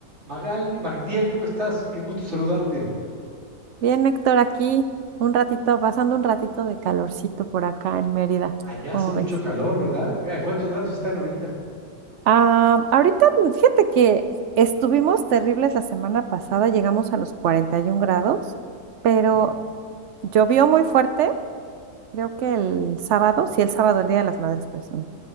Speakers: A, on the right; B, on the right.
A: Magaldi, Magdiel, ¿cómo estás? Qué gusto saludarte.
B: Bien, Héctor, aquí un ratito, pasando un ratito de calorcito por acá en Mérida,
A: Allá
B: ¿cómo
A: hace mucho
B: ves?
A: calor, ¿verdad? ¿En cuántos grados están ahorita?
B: Ah, ahorita, fíjate que estuvimos terribles la semana pasada, llegamos a los 41 grados, pero
A: Ujú,
B: llovió muy fuerte, creo que el sábado, sí, el sábado, el Día de las Madres precisamente,